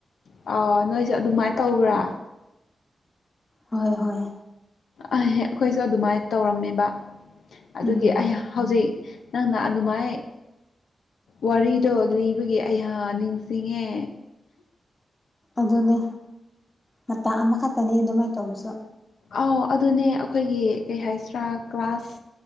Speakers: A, on the left; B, on the left.
A: ꯑ ꯅꯣꯏꯁꯨ ꯑꯗꯨꯃꯥꯢ ꯇꯧꯕ꯭ꯔꯥ
B: ꯍꯣꯏ ꯍꯣꯏ
A: ꯑꯩꯈꯣꯏꯁꯨ ꯑꯗꯨꯃꯥ ꯇꯧꯔꯝꯃꯦꯕ ꯑꯗꯨꯒꯤ
B: ꯎꯝ
A: ꯑꯌꯥ ꯍꯧꯖꯤꯛ ꯅꯪꯅ ꯑꯗꯨꯃꯥꯏ ꯋꯥꯔꯤꯗꯣ ꯂꯤꯕꯒꯤ ꯑꯩ ꯅꯤꯡꯁꯤꯡꯉꯦ
B: ꯑꯗꯨꯅꯦ ꯃꯇꯝ ꯑꯃꯈꯛꯇꯅꯤ ꯑꯗꯨꯃꯥꯏ ꯇꯧꯕꯁꯨ
A: ꯑꯥꯎ ꯑꯗꯨꯅꯦ ꯑꯩꯈꯣꯏꯒꯤ ꯀꯩ ꯍꯥꯏꯁꯤꯔꯥ ꯀ꯭ꯂꯥꯁ